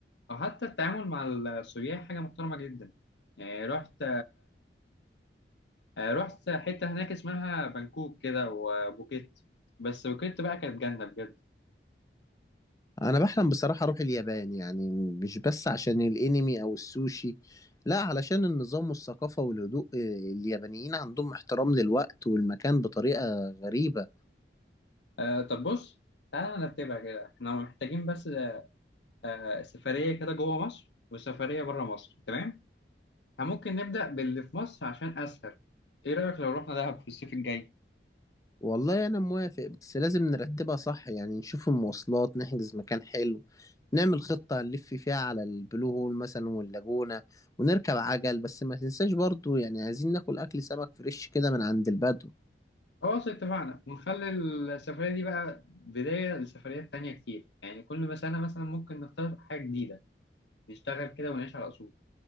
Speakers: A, on the left (about 85°); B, on the left (about 20°).
A: وحتى التعامل مع السياح حاجة محترمة جدا يعني رحت آه، رحت حتة هناك اسمها بانكوك كده وبوكيت بس بوكيت بقى كانت جنة بجد
B: انا بحلم بصراحة اروح اليابان يعني مش بس عشان الانمي او السوشي لا علشان النظام والثقافة والهدوء آه، اليابانيين عندهم احترام للوقت والمكان بطريقة غريبة
A: آه، طب بص تعالى نرتبها كده احنا محتاجين بس آه، سفرية كده جوه مصر وسفرية بره مصر تمام احنا ممكن نبدأ باللي في مصر عشان أسهل ايه رأيك لو رحنا دهب في الصيف الجاي
B: والله انا موافق بس لازم نرتبها صح يعني نشوف المواصلات نحجز مكان حلو نعمل خطة نلف فيها على البلو هول مثلا واللاجونة ونركب عجل بس ما تنساش برضو يعني عايزين ناكل اكل سمك فريش كده من عند البدو
A: خلاص اتفقنا ونخلي السفرية دي بقى بداية لسفريات تانية كتير يعني كل ما سنة مثلا ممكن نختار حاجة جديدة نشتغل كده ونعيش على أصول